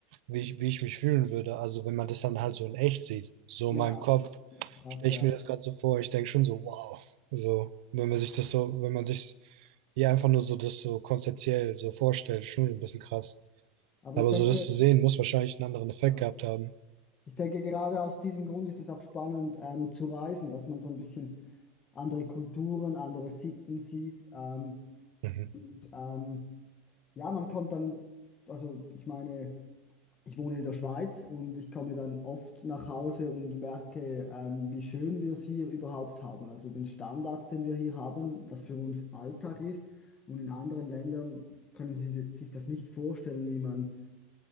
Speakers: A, on the right; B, on the left.
A: wie ich, wie ich mich fühlen würde. Also wenn man das dann halt so in echt sieht. So
B: Ja,
A: in meinem Kopf
B: krass,
A: stelle
B: ja.
A: ich mir das gerade so vor. Ich denke schon so, wow. So, wenn man sich das so, wenn man sich hier einfach nur so das so konzeptiell so vorstellt, schon ein bisschen krass.
B: Aber
A: Aber
B: ich denke,
A: so das zu sehen, muss wahrscheinlich einen anderen Effekt
B: äh,
A: gehabt haben.
B: Ich denke, gerade aus diesem Grund ist es auch spannend, ähm, zu reisen, dass man so ein bisschen andere Kulturen, andere Sitten sieht. Ähm,
A: Mhm.
B: und ähm, ja, man kommt dann, also ich meine, ich wohne in der Schweiz und ich komme dann oft nach Hause und merke, ähm, wie schön wir es hier überhaupt haben. Also den Standard, den wir hier haben, was für uns Alltag ist. Und in anderen Ländern können Sie sich das nicht vorstellen, wie man